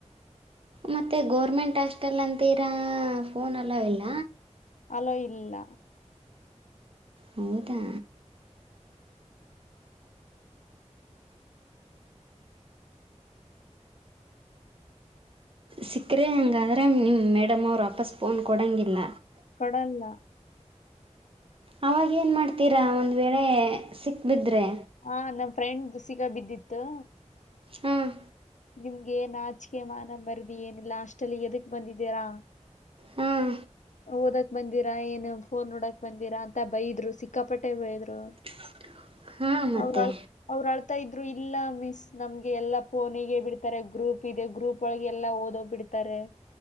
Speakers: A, on the right; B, on the left.
A: ಮತ್ತೆ ಗೌರ್ಮೆಂಟ್ ಹಾಸ್ಟೆಲ್ ಅಂತಿರೋ ಫೋನ್ ಆಲೋ ಇಲ್ಲ
B: ಅಲೋ ಇಲ್ಲ
A: ಹೌದಾ ಸಿಕ್ಕರೆೆ ಹಂಗಾದ್ರೆ ನಿಮ್ಮ ಮೇಡಮ್ ಅವ್ರು ವಾಪಸ್ ಫೋನ್ ಕೊಡೋಂಗಿಲ್ಲ
B: ಕೊಡಲ್ಲ
A: ಆವಾಗೇಏನು ಮಾಡ್ತೀರಾ ಒಂದು ವೇಳೆ ಸಿಕ್ಕಿಬಿದ್ದರೆ
B: ಹಾ ನಮ್ ಫ್ರೆಂಡ್ ಸಿಗಬಿದ್ದಿತ್ತು
A: ಹಾಂ
B: ನಿಮ್ಗೆ ಏನ್ ನಾಚಿಕೆ ಮಾನ ಮರಿಯಾದಿಏನಿಲ್ಲ ಹಾಸ್ಟೆಲ್ಗೆ ಎದಕ್ ಬಂದಿದ್ದೀರಾ
A: ಹಾಂ
B: ಓದಕ್ ಬಂದಿರಾ ಏನ್ ಫೋನ್ ನೋಡಕ್ ಬಂದಿರಾ ಅಂತ ಬೈದ್ರು ಸಿಕ್ಕಾಪಟ್ಟೆ ಬೈದ್ರು
A: <inaudible> ಮತ್ತೆ
B: ಅವ್ರ ಅವ್ ಅಳ್ತಾ ಇದ್ರು ಇಲ್ಲ ಮಿಸ್ ನಮ್ಗೆ ಎಲ್ಲಾ ಫೋನಿಗೆ ಬಿಡ್ತಾರೆ ಗ್ರೂಪ್ ಇದೆ ಗ್ರೂಪ್ ಒಳಗೆ ಎಲ್ಲಾ ಓದೋಕೆ ಬಿಡ್ತಾರೆ